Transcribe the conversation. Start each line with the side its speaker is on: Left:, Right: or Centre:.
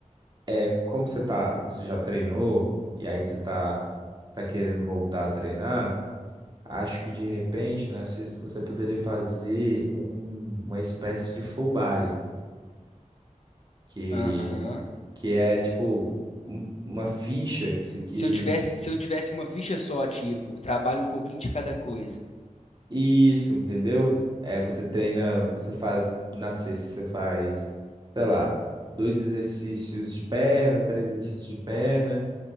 Right: é como você tá, como você já treinou, e aí você tá, tá querendo voltar a treinar, acho que de repente na sexta você poderia fazer um- uma espécie de full body, que,
Left: Aham.
Right: que é tipo um- uma ficha que, se- que
Left: Se eu tivesse, se eu tivesse uma ficha só, tipo, trabalho um pouquinho de cada coisa.
Right: Isso, entendeu? É, você treina, você faz na sexta, você faz, sei lá, dois exercícios de perna, três exercícios de perna,